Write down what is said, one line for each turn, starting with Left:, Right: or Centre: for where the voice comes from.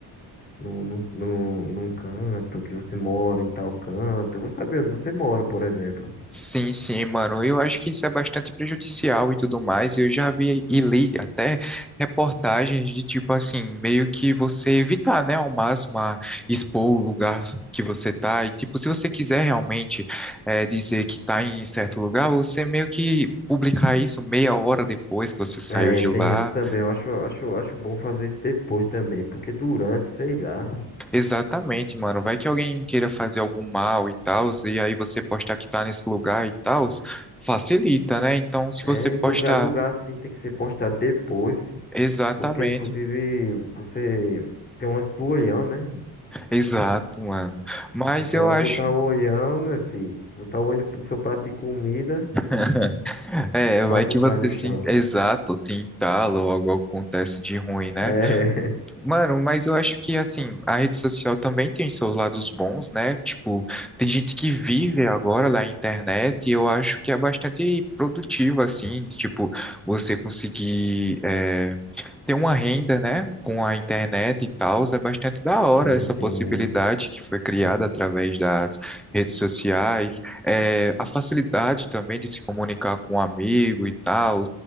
Left: num, num, num num canto, que você mora em tal canto, eu vou saber onde você mora, por exemplo.
Centre: Sim, sim, mano. Eu acho que isso é bastante prejudicial e tudo mais. Eu já vi e li até reportagens de tipo assim, meio que você evitar, né, ao máximo a expor o lugar que você tá. E tipo, se você quiser realmente eh, dizer que tá em certo lugar, você meio que publicar isso meia hora depois que você saiu
Left: É,
Centre: de
Left: tem
Centre: lá.
Left: esse também. Eu acho, acho, acho bom fazer isso depois também, porque durante, sei lá,
Centre: Exatamente, mano. Vai que alguém queira fazer algum mal e tal, e aí você postar que tá nesse lugar e tal facilita, né? Então, se
Left: é
Centre: você posta
Left: lugar, lugar assim tem que ser postado depois,
Centre: Exatamente,
Left: porque inclusive
Centre: mano.
Left: você tem um lance do olhão, né?
Centre: exato, mano. Mas
Left: Que o cara
Centre: eu acho,
Left: botar o olhão, né, filho? Botar o olho no seu prato de comida
Centre: <laughs> é,
Left: pra
Centre: vai
Left: tocar
Centre: que você
Left: no chão.
Centre: se, en- exato, se entala ou algo acontece de ruim, né?
Left: É,
Centre: Mano, mas eu acho que assim, a rede social também tem seus lados bons, né? Tipo, tem gente que vive agora na internet e eu acho que é bastante produtivo, assim, de, tipo, você conseguir é, ter uma renda, né, com a internet e tal, é bastante da
Left: <laughs>
Centre: hora
Left: sim,
Centre: essa
Left: sim,
Centre: possibilidade que foi criada através das redes sociais, é, a facilidade também de se comunicar com um amigo e tal,